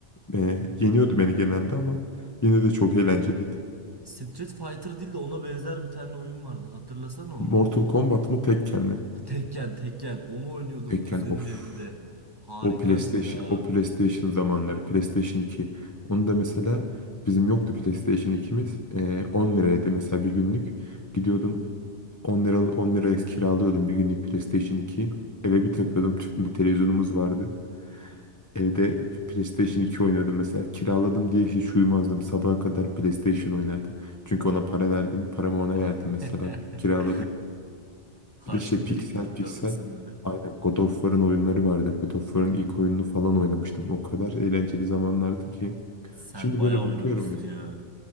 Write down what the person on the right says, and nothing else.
Street Fighter değil de ona benzer bir tane oyun vardı. Hatırlasana onu.
Ha, Tekken Tekken onu oynuyordum
kuzenin
evinde. Harikaydı
ya.
<laughs>
Harçlık
biriktirip
de alırsın bir de.
Sen
bayağı
oynamışsın
ya.